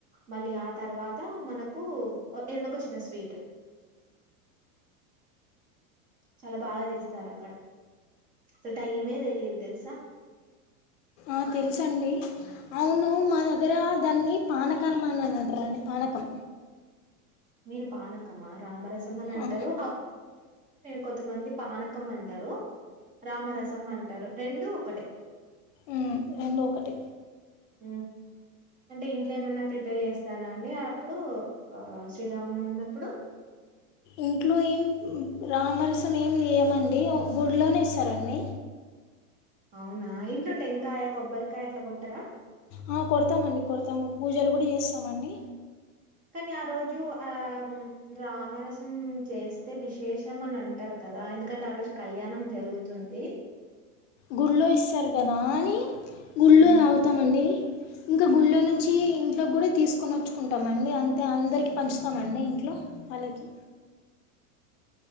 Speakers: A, on the right (about 20°); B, on the left (about 55°).
A: మళ్ళీ ఆ తర్వాత మనకు అ ఏదన్న ఒక చిన్న స్వీట్ చాలా బాగా జేస్తారు అక్కడ అసల్ టైమే దేలీద్ తెలుసా
B: ఆ తెలుసండి అవును మా దగ్గర దాన్ని పానకం అనని అంటారండి పానకం
A: మీరు పానకమా రామరస్ సం అని అంటారు
B: ఆ,
A: కొంతమంది పానకం అంటారు రామరసం అంటారు రెండు ఒకటే
B: ఉమ్ రెండు ఒకటే
A: ఉమ్ అంటే ఇంట్లో ఏమన్నా ప్రిపేర్ చేస్తారా అండి అప్పుడు శ్రీరామనవమి అప్పుడు
B: ఇంట్లో ఏం రామరసం ఏమి చేయమండి గుడిలోనే ఇస్తారండి
A: అవునా ఇంట్లో టెంకాయ కొబ్బరికాయ అట్లా కొట్టార
B: అ కొడతామండి కొడతాము పూజలు కూడా చేస్తామండి
A: కానీ ఆ రోజు ఆ రామరసం చేస్తే విశేషం అని అంటారు కదా ఎందుకంటే ఆ రోజు కళ్యాణం జరుగుతుంది
B: గుల్లో ఇస్తారు కదా అని గుళ్ళు
A: ఉమ్,
B: తాగుతామండి ఇంకా గుళ్ళో నుంచి ఇంట్లోకి కూడా తీసుకొని వచ్చుకుంటామ అండి అంతే అందరికి పంచుతామండి ఇంట్లో వాళ్ళకి